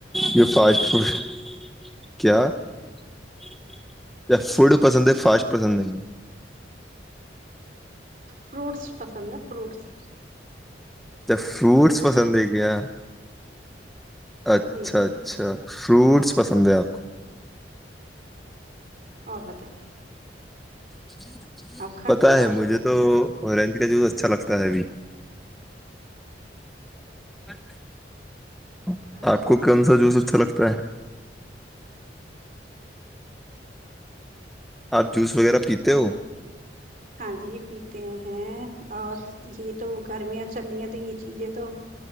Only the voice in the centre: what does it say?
جو فاسٹ فوڈ <unintelligible> کیا <inaudible> فوڈ پسند ہے فاسٹ پسند نہی
جب فروٹس پسند ہے کیا
اچھا
اچھا فروٹس پسند ہے آپ
<inaudible>
پتا
ہے مجھے
تو اور رینند کا جوس اچھا لگتا ہے اب بچ <inaudible>
آپ کو کون سا جوس اچھا لگتا ت <unintelligible> اا <unintelligible> جوس وغیرہ پیتے
ہو